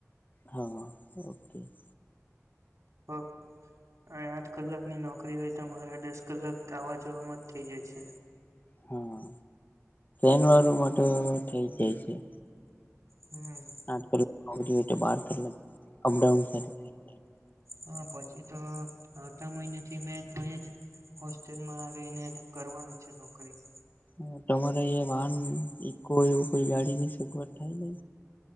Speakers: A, on the left; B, on the right.
A: હા ઓકે <inaudible>
B: હા <unintelligible> અને આઠ કલાક ની નોકરી હોય તો મારે દસ કલાક આવા જોવાવામાં જ થઇ જાય છે
A: હા શનવાર માટે થઇ જાય છે <unintelligible>
B: હમ
A: બપ <unintelligible>
B: હા પછી તો આવતા મહિને થી મેં તો જ હોસ્ટેલમાં રહીને કરવાનું છે તો કરીશ
A: હ તમારે અ વાહન ઈકો એવું કોઈ ગાડી ની સગવડ થાય ન